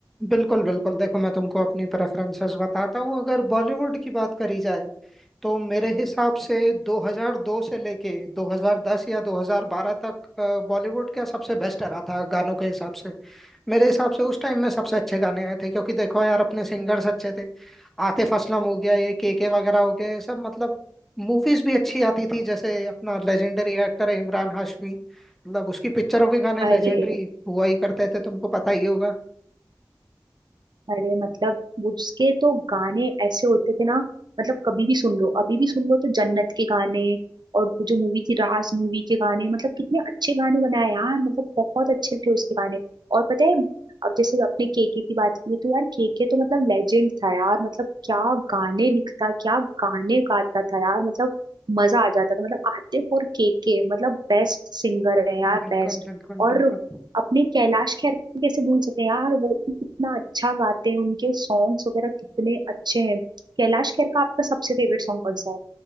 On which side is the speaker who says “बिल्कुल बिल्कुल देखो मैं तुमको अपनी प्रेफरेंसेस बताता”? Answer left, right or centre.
Centre